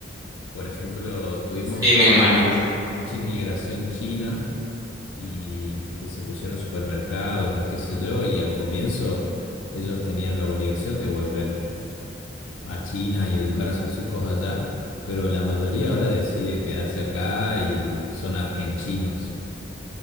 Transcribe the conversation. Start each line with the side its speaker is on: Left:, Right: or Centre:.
Left: Por ejemplo, tuvimos
Right: Sí, me
Left: mucha,
Right: imagino.
Left: mucha inmigración china y que se pusieron supermercados y qué sé yo, y al comienzo ellos tenían la obligación de volver a China y educar a sus hijos allá, pero la mayoría ahora decide quedarse acá y son argentinos.